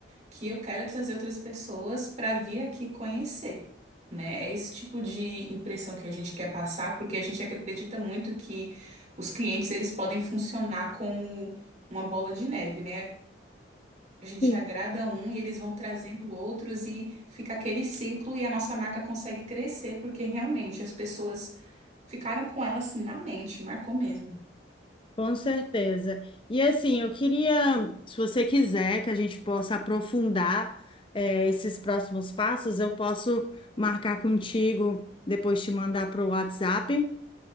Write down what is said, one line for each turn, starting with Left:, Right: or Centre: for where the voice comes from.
Right: que eu quero trazer outras pessoas para vir aqui conhecer, né? É esse tipo de impressão que a gente quer passar, porque a gente acredita muito que os clientes eles podem funcionar como uma bola de neve, né? A gente
Left: Sim,
Right: agrada um e eles vão trazendo outros e fica aquele ciclo e a nossa marca consegue crescer, porque realmente as pessoas ficaram com ela assim na mente, marcou mesmo.
Left: Com certeza. E assim, eu queria, se você quiser, que a gente possa aprofundar, eh, esses próximos passos, eu posso marcar contigo, depois te mandar para o WhatsApp,